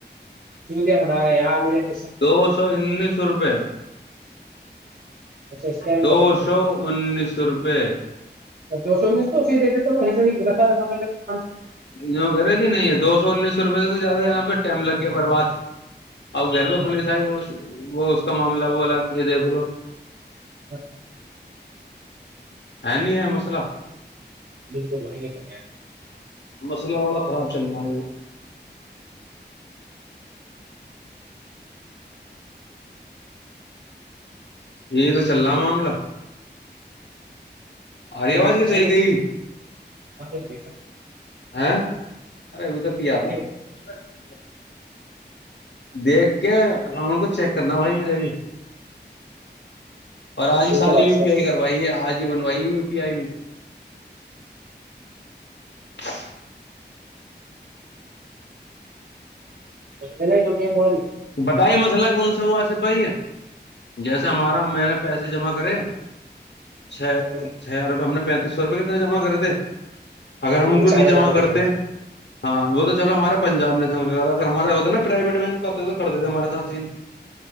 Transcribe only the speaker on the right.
ب ب رہااں
اچھا اسکین
کر دے اس کے
ساتھ
ا دو سو میں تو اسی دیتے تو وہیں سے دفع دفا کرتا
ہاں
ہاں ہاں <inaudible>
بالکل بھائی یہ تو ہے
ہ
چ
گ
<inaudible>
ارے
ٹھیک
ہے بھائی
صاحب
ب گل گ مدواری <inaudible>
ہ
چار
ہزار روپئے
کرے تھے